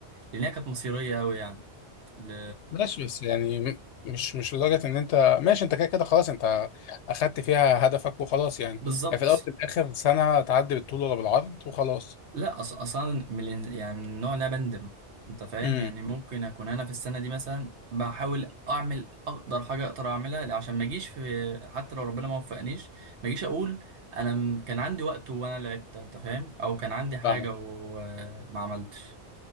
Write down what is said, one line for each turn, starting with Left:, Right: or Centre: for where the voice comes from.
Right: لانها كانت مصيريه قوي يعني ل...
Left: ماشي بس يعني م- مش مش لدرجة ان انت ماشي انت كده كده خلاص انت اخدت فيها هدفك وخلاص يعني
Right: بالظبط
Left: يعني في الاول وفي الاخر سنة تعدي بالطول ولا بالعرض وخلاص
Right: لا أص... اصلا من الإن- يعني من النوع اللي انا بندم انت فاهم
Left: امم
Right: يعني ممكن اكون انا في السنه دي مثلا بحاول اعمل اقدر حاجه اقدر اعملها عشان ما اجيش في حتى لو ربنا ما وفقنيش ما اجيش اقول انا م- كان عندي وقت وانا لعبت انت فاهم او كان عندي حاجه
Left: فاهمك
Right: وما <laughs> عملتش